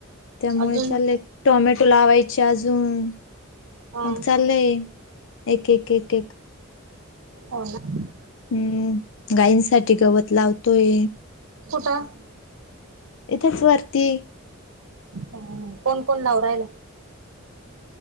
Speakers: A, on the left; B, on the right.
A: त्यामुळे
B: अजून
A: चालले एक टोमॅटो लावायचे अजून.
B: हा
A: मग चाललंय एक एक एक एक.
B: हो ना.
A: हम्म. गायींसाठी गवत लावतोय.
B: कुठं?
A: इथेच वरती.
B: हं कोण कोण लावू राहिला?